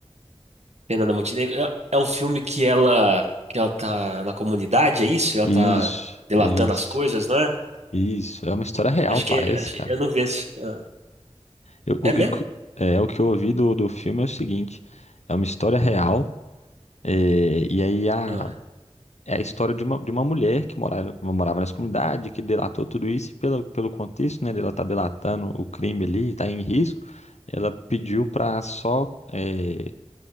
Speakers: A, on the right (about 75°); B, on the left (about 80°).
A: Fernanda Montenegro. É é um filme que ela que ela tá na comunidade, é isso? Ela
B: Isso,
A: tá delatando
B: isso,
A: as coisas, né?
B: isso. É uma história real,
A: Acho
B: parece,
A: que é- acho-
B: cara.
A: eu não vi esse. Ah,
B: Eu- o,
A: é mesmo?
B: que- é, o que eu ouvi do, do filme é o seguinte: é uma história real, é, e aí a,
A: Ah.
B: É a história de uma, de uma mulher que morava, morava nessa comunidade, que delatou tudo isso, e pelo, pelo contexto, né, dela tá delatando o crime ali, tá em risco, ela pediu para só é,